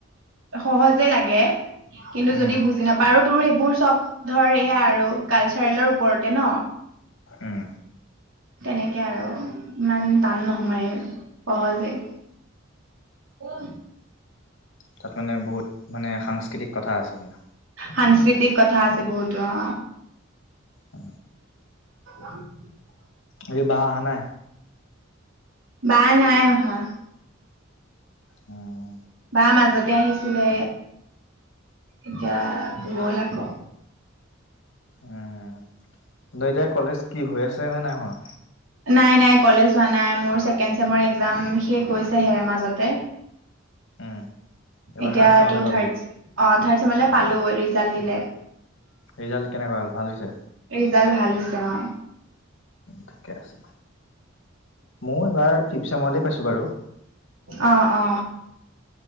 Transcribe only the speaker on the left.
উম
উম
তাত মানে বহুত মানে সাংস্কৃতিক কথা আছে মানে।
অ।
আজি বা অহা নাই।
উম
উম, এতিয়া কলেজ কি হৈ আছে নে নাই হোৱা?
উম এইবাৰ
থাৰ্ড চেমলে
পাবি
ৰিজাল্ট কেনেকুৱা হল, ভাল হৈছে?
ঠিকে আছে, মই এবাৰ ফিফ চেমলে পাইছো বাৰু।